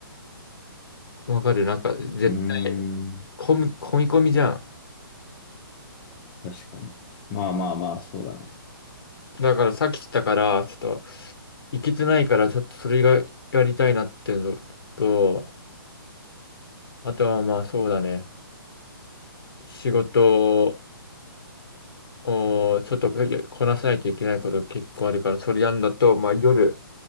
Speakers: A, on the left; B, on the left.
A: わかるなんか、絶対、
B: うん。うーん。
A: 混み、混み込みじゃん。
B: 確かに。まあまあまあ、そうだな。
A: だから避けてたから、ちょっと、行けてないから、ちょっとそれがやりたいなっていうのと、あとはまあそうだね。仕事をちょっとこなさないといけないこと結構あるから、それやんだと、まあ夜、